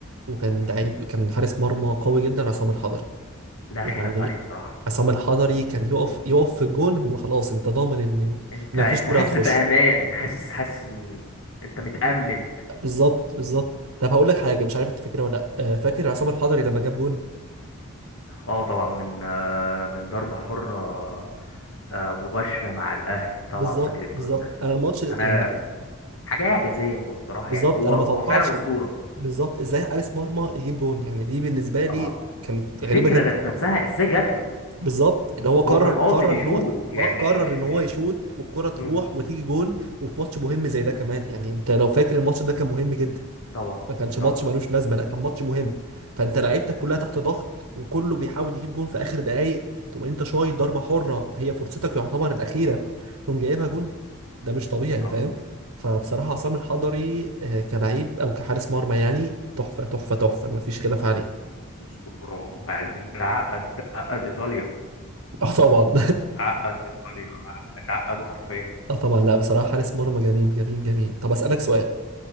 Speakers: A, on the right; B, on the left.
A: وكان
B: مم.
A: لعيب كان حارس مرمى قوي جدا عصام الحضري
B: لا
A: يعني
B: خلاف عليه بصراحة
A: عصام الحضري كان يقف يقف في الجون هو خلاص انت ضامن ان
B: أنت
A: ان
B: أنت
A: مفيش كوره
B: حاسس
A: هتخش
B: بأمان حاسس حاسس إن أنت متأمن
A: بالظبط بالظبط طب هقول لك حاجه مش عارف انت فاكرها ولا لا آه، فاكر عصام الحضري لما جاب جون
B: أه طبعا من آه، من ضربة حرة آه، مباشرة مع الأهلي طبعا
A: بالظبط
B: فاكر الجون
A: بالظبط
B: ده
A: انا الماتش
B: أنا
A: يعني
B: حاجة إعجازية بصراحة
A: بالظبط
B: يعني هو
A: انا ما توقعش
B: هو فعلا أسطورة
A: بالظبط ازاي حارس مرمى يجيب جون يعني دي بالنسبه لي
B: طبعا
A: كانت
B: الفكرة
A: غريبه جدا
B: ذات نفسها إزاي جات له؟
A: بالظبط اللي هو قرر
B: هو كان
A: قرر
B: قاصد يشوت
A: ان هو
B: يعني
A: ما قرر
B: مش مش
A: ان
B: مش
A: هو يشوت والكره تروح
B: مم.
A: وتيجي جون وفي ماتش مهم زي ده كمان يعني انت لو فاكر الماتش ده كان مهم جدا
B: طبعا
A: ما كانش ماتش
B: طبعا
A: ملوش لازمه لا كان ماتش مهم فانت لعيبتك كلها تحت ضغط وكله بيحاول يجيب جون في اخر دقايق تقوم انت شايط ضربه حره هي فرصتك يعتبر الاخيره تقوم جايبها جون ده مش طبيعي
B: طبعا
A: فاهم فبصراحه عصام الحضري آه، كلعيب او كحارس مرمى يعني تحفه تحفه تحفه ما فيش خلاف عليه
B: أسطورة وبعدين ده عقد ده عقد إيطاليا
A: اه طبعا
B: عقد إيطاليا اتعقدوا حرفيا
A: <laughs> اه طبعا لا بصراحه حارس مرمى جميل جميل جميل طب اسالك سؤال